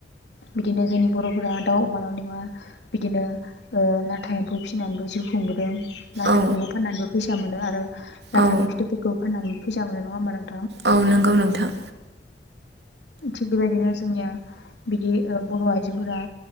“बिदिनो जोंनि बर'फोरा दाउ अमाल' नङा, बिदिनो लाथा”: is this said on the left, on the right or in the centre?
Left